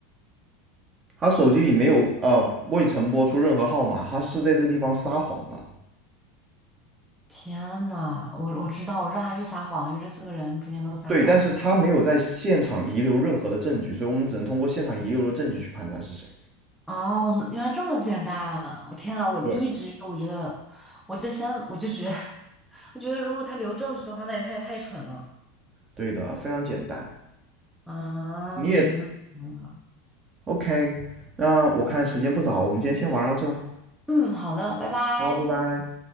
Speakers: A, on the right (about 30°); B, in the centre.
A: 他手机里没有呃未曾拨出任何号码，他是在这个地方撒谎了。
B: 天呐，我我知道，我知道他是撒谎了，因为这四个人中间都撒谎了。
A: 对，但是他没有在现场遗留任何的证据，所以我们只能通过现场遗留的证据去判断是谁。
B: 哦，我原来这么简单！我天啊，我第一直觉我觉得，
A: 对，
B: 我就先我就觉得，<laughs> 我觉得如果他留证据的话，那也太太蠢了。
A: 对的，非常简单。
B: 啊，
A: 你也
B: 明白了。
A: OK，那我看时间不早，我们今天先玩到这儿。
B: 嗯，好的，拜拜。
A: 好，拜拜。